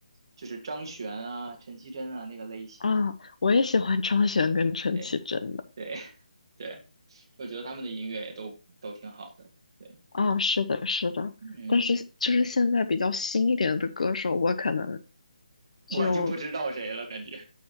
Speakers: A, on the right; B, on the left.
A: 就是张悬啊、陈绮贞啊那个类型。
B: 啊，我也喜欢张悬跟陈绮贞的
A: 对对 <laughs> 对，我觉得他们的音乐也都都挺好的。对，
B: 啊，是的，是的，
A: 嗯，
B: 但是就是现在比较新一点的歌手，我可能
A: 我就不知道谁了，
B: 就
A: 感觉。